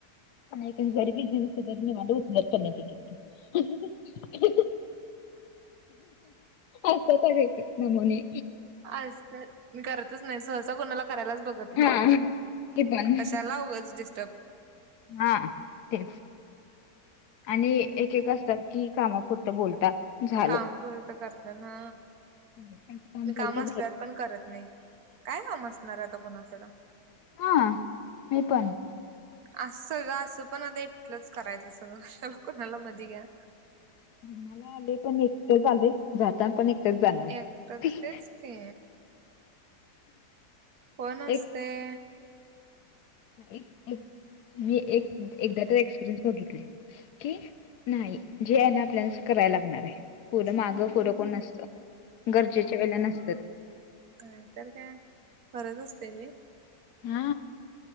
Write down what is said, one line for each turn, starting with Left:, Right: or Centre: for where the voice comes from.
Left: पण गरबी दिसध वा निवांत उठण्यात आहै नाही असतात अग एक एक नमुने
Right: अस मी करतच नाही सहज कोणाला करायलाच बघ
Left: हा मी पण
Right: कशालागंच डिस्टर्ब
Left: हा तेच आणि एक एक असतात की कामापुरतं बोलतात झालं.
Right: काम तर करत ना
Left: त्यांचं
Right: म
Left: झालं
Right: काम
Left: की
Right: असल्यावर पण करत नाही काय काम असणार आता कोणाकडं
Left: हा मी पण
Right: असं सगळं असं पण आता इटलंच करायचं सगळं कला कणाला मध्ये घ्या
Left: जन्माला आले पण एकटच आले जाता पण जाणार आहे
Right: एकटच तेच की कोण असतय
Left: एक एक मी एकदा तर एक्सपिरियन्स बघितले कि नाही जे आहे ना आपल्यालाच करायला लागणार आहे फर
Right: हम्म
Left: माग फर कोण नसतं गरजेच्या वेळेला नसतं
Right: अ तर काय खरंच असते बी
Left: हा